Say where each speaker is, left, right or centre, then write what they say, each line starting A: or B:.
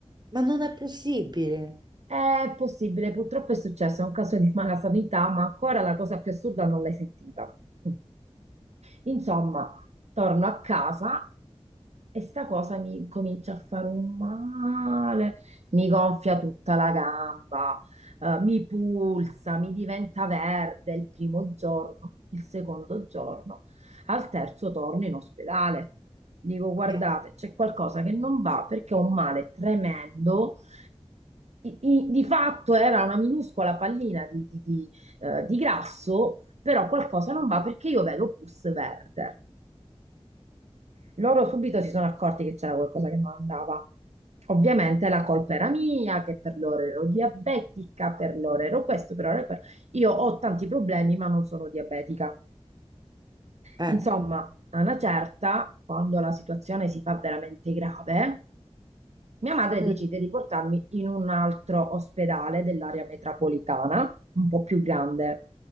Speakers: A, on the right (about 40°); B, on the right (about 75°).
A: Ma non è possibile.
B: È possibile, purtroppo è successo, è un caso di <laughs> mala sanità, ma ancora la cosa più assurda non l'hai sentita. Mm. Insomma, torno a casa e sta cosa mi comincia a fare un male, mi gonfia tutta la gamba, eh, mi pulsa, mi diventa verde il primo giorno, il secondo giorno, al terzo torno in ospedale. Dico, guardate,
A: Eh,
B: c'è qualcosa che non va perché ho un male tremendo i- i- di fatto era una minuscola pallina di, di- di, eh, di grasso, però qualcosa non va perché io vedo pus verde. Loro subito si sono accorti che c'era qualcosa che non andava. Ovviamente la colpa era mia, che per loro ero diabetica, per loro ero questo, per loro ero quello. Io ho tanti problemi, ma non sono diabetica.
A: eh,
B: Insomma, a una certa, quando la situazione si fa veramente grave, Mia madre
A: mm.
B: decide di portarmi in un altro ospedale dell'area metropolitana, un po' più grande,